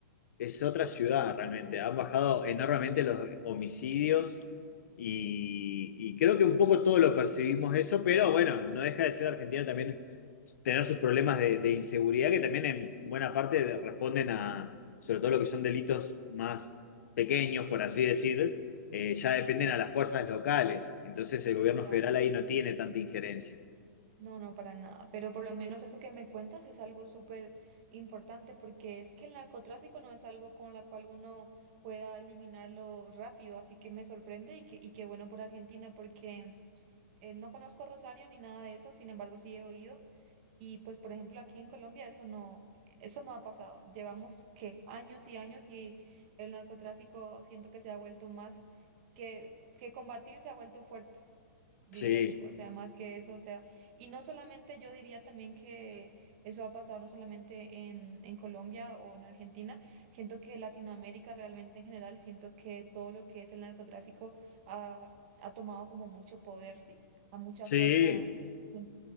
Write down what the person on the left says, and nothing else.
es otra ciudad
realmente. Han bajado
enormemente los homicidios y, y creo que un poco todo lo percibimos eso, pero bueno, no deja de ser Argentina también tener sus problemas de, de inseguridad que también en buena parte de- responden a, sobre todo lo que son delitos más pequeños, por así decir, eh, ya dependen
a las fuerzas locales. Entonces el gobierno
federal ahí no tiene tanta injerencia.
Sí,
sí.